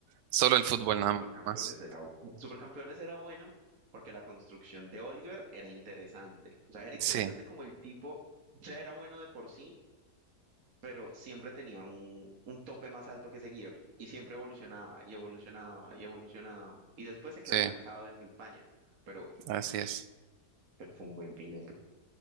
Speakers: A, on the right (about 85°); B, on the right (about 55°).
A: solo el fútbol
B: pero
A: nada
B: Supercampeones
A: más.
B: era, bu- Supercampeones era bueno porque la construcción de Oliver era interesante. O sea, era interesante
A: Sí,
B: como el tipo ya era bueno de por sí, pero siempre tenía un, un tope más alto que seguir y siempre evolucionaba y evolucionaba y evolucionaba. Y después se quedó
A: sí,
B: estancado en España, pero,
A: así es.
B: pero fue un buen final.